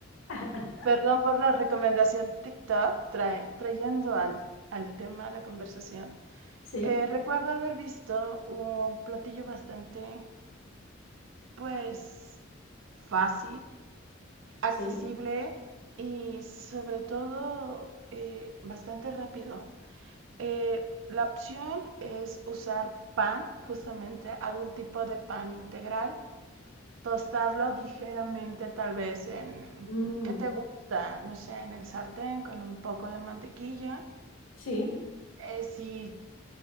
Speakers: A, on the left (about 70°); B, on the right (about 70°).
A: <laughs>
B: Perdón por la recomendación TikTok, trae- trayendo al, al tema la conversación.
A: sí,
B: Eh, recuerdo haber visto un platillo bastante, pues, fácil, accesible
A: sí.
B: y sobre todo eh, bastante rápido. Eh, la opción es usar pan, justamente algún tipo de pan integral tostarlo ligeramente tal vez en,
A: Mm,
B: ¿qué te gusta? No sé, en el sartén con un poco de mantequilla.
A: sí.
B: Eh, si,